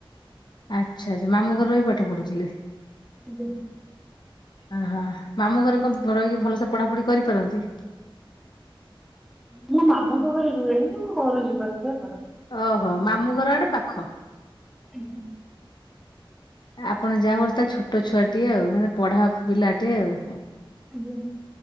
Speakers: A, on the left; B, in the centre.
A: ଆଚ୍ଛା ଆଛା ମାମୁଁ ଘରେ ରହିି ପାଠ ପଢୁଥିଲେ।
B: ଆଜ୍ଞା।
A: ଓହୋ ମାମୁଁ ଘରେ କଣ ରହିକି ଭଲସେ ପଢାପଢି କରିପାରନ୍ତି?
B: ମୁଁ ମାମୁ ଙ୍କ ଘରେ ରୁହେନି ମୁଁ ଘରୁ ଯିବା ଆସାବା କରେ।
A: ଓହୋ ମାମୁଁ ଘର ଆଡେ ପାଖ।
B: ଆଜ୍ଞା।
A: ଆପଣ ଯାହା କରୁତା ଛୋଟ ଛୁଆଟିଏ ଆଉ ମାନେ ପଢା ପିଲାଟି ଆଉ।
B: ଆଜ୍ଞା।